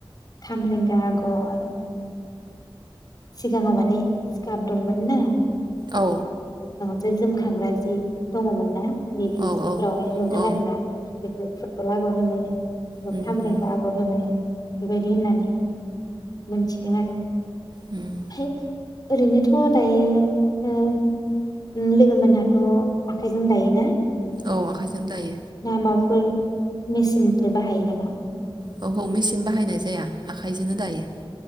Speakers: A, on the left (about 45°); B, on the right (about 55°).
A: खामरेंगा आगर। सिगाङाव माने सिकाप दंमोन ना।
B: औ।
A: जो-जोमखांग्रा जि दङमोन ना? नि बिदिफोरावहाय
B: औ औ
A: नुदों
B: औ
A: आरो ना बेखौ फुर फल' आगर होनो।
B: उम
A: खाम
B: उम
A: रेंगा आगर होनो बेबायद बिदि होननानै मोनथिदों आरो।
B: उम
A: ओमफ्राय ओरै नोथ' दायो ओह उम लोगो मोनहाथ' आखाइजों दायोना?
B: औ आखाइजों दायो।
A: ना माफोर मेसिन फोर बाहायो नामा?
B: औ हौ मेचिन बाहायनाय जाया आखाइजोंनो दायो।